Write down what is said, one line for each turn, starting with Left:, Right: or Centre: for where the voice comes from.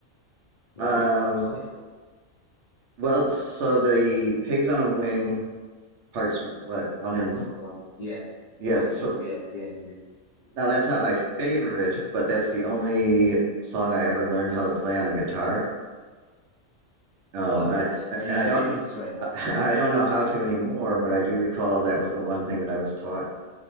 Left: right?
Right: Um,
Left: It's only four.
Right: well, so the Pigs on a Wing parts what one and
Left: That's number one. Yeah.
Right: yeah.
Left: One and
Right: So
Left: two. Yeah. Yeah. Yeah.
Right: now that's not my favorite, but that's the only song I ever learned how to play on a guitar. Um,
Left: What?
Right: and I,
Left: Are you
Right: and
Left: serious
Right: I don't
Left: right
Right: <laughs>
Left: now?
Right: I don't know how to anymore, but I do recall that was the one thing that I was taught